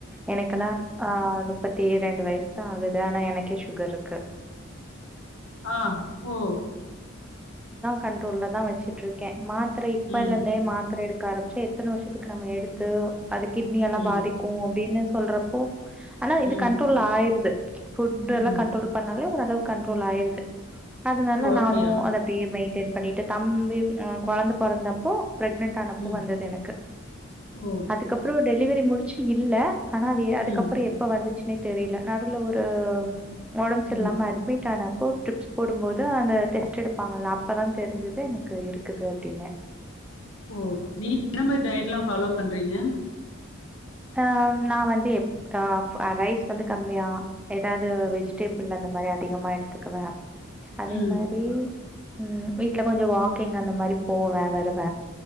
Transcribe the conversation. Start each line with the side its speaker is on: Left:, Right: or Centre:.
Centre: எனக்கெல்லா ஆஹ் முப்பத்தி இரண்டு வயசு தா ஆகுது ஆனா எனக்கே சுகர் இருக்கு
Left: ஆஹ் ஓ
Centre: கண்ட்ரோல தா வச்சுட்டு இருக்கே மா த்திரை இப்பல்ல
Left: ம்,
Centre: இருந்தே மாத்திரை எடு க்க ஆரம்பச்சா எத்தன வருஷத்துக்கு நம்ம எடு து அது கிட்னி எல்லா
Left: ம்,
Centre: பாதிக்கு அப்படின்னு சொல்றப்போ ஆனா இது
Left: ம்,
Centre: கண்ரோல் ஆயுடுது ஃபுட்
Left: ம்.
Centre: எல்லாம் கண்ரோல் பண்ணாலே ஓரளவு கண்ரோல் ஆயிரது அதனால
Left: ஓ! அப்டியா?
Centre: நானும் அத அப்படியே மெயின் பண்ணிட்டு தம்பி குழந்த பிறந்தப்போ பிரெக்னன்ட் ஆனப்போ
Left: ம்.
Centre: வந்தது எனக்கு
Left: ஓ!
Centre: அதுக்கப்பறம் டெலிவரி முடிச்சு இல்ல ஆனா அ அதுக்கப்புறம்
Left: ம்,
Centre: எப்ப வந்துச்சு தெரியல நடுல ஒரு உடம்பு சரி
Left: ம்.
Centre: இல்லாம அட்மிட் ஆனப்போ டிரிப்ஸ் போடும்போது அந்த டெஸ்ட் எடுப்பாங்கல்ல அப்பதா தெரிஞ்சது எனக்கு இருக்குது அப்படின்னு
Left: ஓ நீங்க என்ன மாதிரி டயட் எல்லாம் ஃபாலோ பண்றீங்க
Centre: ஆஹ் நா வந்து எப் ரைஸ் வந்து கம்மியா ஏதாது வெஜிடேபிள் அந்த மாதிரி அதிகமா எடுத்துக்குவ அதே
Left: ம்,
Centre: மாதிரி உம் வீட்டுல கொஞ்சம் வாக்கிங் அந்த மாதிரி போவ வருவ